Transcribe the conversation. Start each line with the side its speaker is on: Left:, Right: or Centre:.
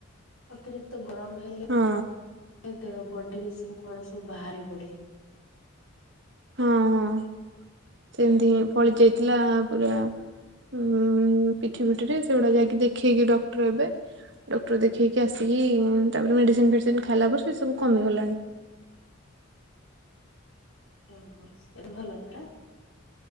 Left: ଅତିରିକ୍ତ ଗରମ ହେଲେ
Right: ହଁ
Left: ଦେ ବଡିରେ ସବୁ କଣ ସବୁ ବାହାରି ପଡ଼େ।
Right: ହଁ, ହଁ ସେମିତି ହିଁ ଫଳି ଯାଇଥିଲା ପୁରା ଉଁ ପିଠି ପିଠିରେ ସେଗୁଡା ଯାଇକି ଦେଖେଇକି ଡକ୍ଟର ଏବେ ଡକ୍ଟର ଦେଖେଇକି ଆସିକି ତାପରେ ମେଡ଼ିସିନ ଫେଡ଼ିସିନ ଖାଇଲା ପରେ ସେ ସବୁ କମିଗଲାଣି।
Left: ଓ ହୋ ଏବେ ଭଲ ପୂରା?